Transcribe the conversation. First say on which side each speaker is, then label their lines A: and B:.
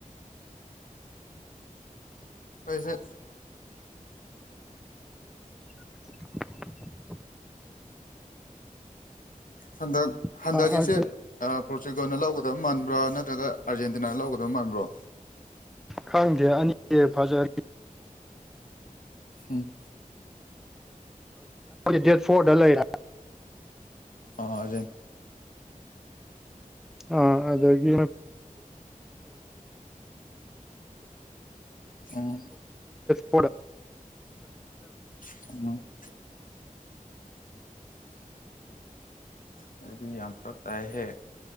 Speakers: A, on the left; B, in the centre.
A: ꯄꯩꯁꯥ
B: <unintelligible>
A: ꯍꯟꯗꯛ
B: ꯌꯦꯡꯉꯤ
A: ꯍꯟꯗꯛꯀꯤꯁꯦ ꯄꯣꯔꯆꯨꯒꯜꯅ ꯂꯧꯒꯗ ꯑꯗꯨꯝ ꯃꯥꯟꯕ꯭ꯔꯥ ꯅꯠꯇ꯭ꯔꯒ ꯑꯥꯔꯖꯦꯟꯇꯤꯅꯥꯅ ꯂꯧꯒꯗꯕ ꯃꯥꯟꯕ꯭ꯔꯣ
B: ꯈꯪꯗꯦ ꯑꯅꯤꯗꯤꯦ ꯐꯖ
A: ꯎꯝ
B: ꯗꯦꯠ ꯐꯣꯔꯗ ꯂꯩꯔ
A: ꯑ
B: ꯑ ꯗꯒꯤ
A: ꯑ
B: ꯄꯨ
A: ꯑ ꯑꯗꯨꯗꯤ ꯌꯥꯝ ꯐꯛꯛꯇ ꯍꯦ